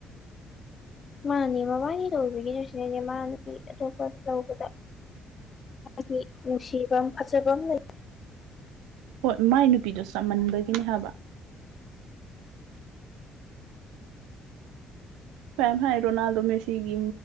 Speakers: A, on the left (about 40°); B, on the right (about 70°).
A: ꯃꯥꯅꯦ ꯃꯕꯥꯒꯤ ꯂꯧꯕꯤꯒꯤꯗꯨ ꯁꯤꯅꯦꯅꯦ ꯃꯥ ꯅꯨꯄꯤ ꯑꯇꯣꯞꯄ ꯂꯧꯕꯗ ꯗꯤ ꯅꯨꯡꯁꯤꯕꯝ ꯐꯖꯕꯝ ꯂꯩ
B: ꯍꯣꯏ ꯃꯥꯏ ꯅꯨꯄꯤꯗꯣ ꯆꯃꯟꯕꯒꯤꯅꯦ ꯍꯥꯏꯕ ꯃꯌꯥꯝ ꯍꯥꯏ ꯔꯣꯅꯥꯜꯗꯣ ꯃꯦꯁꯤꯒꯤ